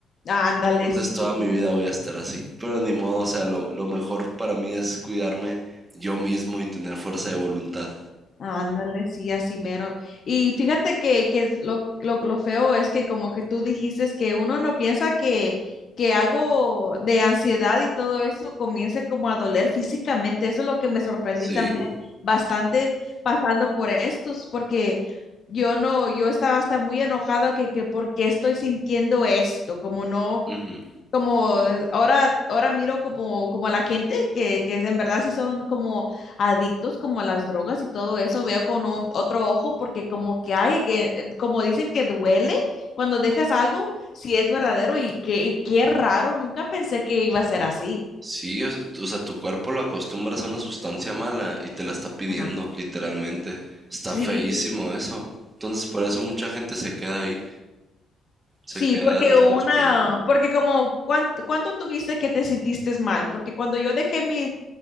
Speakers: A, on the left (about 55°); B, on the right (about 25°).
A: Ándale,
B: Entonces
A: sí,
B: toda
A: sí,
B: mi
A: sí.
B: vida voy a estar así. Pero ni modo, o sea, lo, lo mejor para mí es cuidarme yo mismo y tener fuerza de voluntad.
A: Ándale, sí, así mero. Y fíjate que, que es lo, lo, lo feo es que como que tú dijiste es que uno no piensa que, que algo de ansiedad y todo eso comience como a doler físicamente. Eso es lo que me sorprendí
B: Sí.
A: también bastante pasando por estos, porque yo no, yo estaba hasta muy enojada que, que por qué estoy sintiendo esto, como no
B: ujú.
A: como eh, ahora, ahora miro como, como a la gente que, que en verdad sí son como adictos como a las drogas y todo eso, veo con un- otro ojo porque como que hay, que- como dicen que duele cuando dejas algo, si es verdadero y que y qué raro, nunca pensé que iba a ser así.
B: Sí, o sea, tú- o sea, tu cuerpo lo acostumbras a una sustancia mala y te la está pidiendo,
A: Ajá.
B: literalmente. Está
A: Sí,
B: feísimo eso. Entonces por eso
A: sí.
B: mucha gente se queda ahí, se
A: Sí,
B: queda
A: porque Ay,
B: consumiendo.
A: una, porque como, ¿cuánto, cuánto tuviste que te sentiste mal? Porque cuando yo dejé mi,